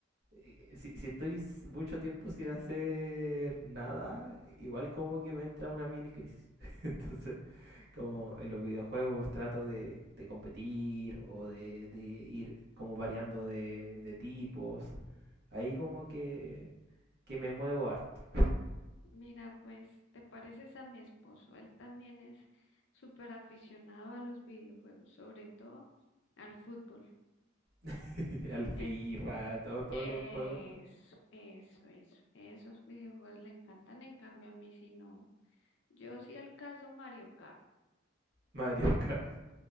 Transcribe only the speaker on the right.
eh, Si, si estoy s- mucho tiempo sin hacer nada, igual como que me entra una mini crisis. <laughs> Entonces, como en los videojuegos trato de, de competir o de, de ir como variando de, de tipos, ahí como que, que me muevo harto.
<laughs> Al
FIFA, todo, todos
los juegos,
Mario Kart.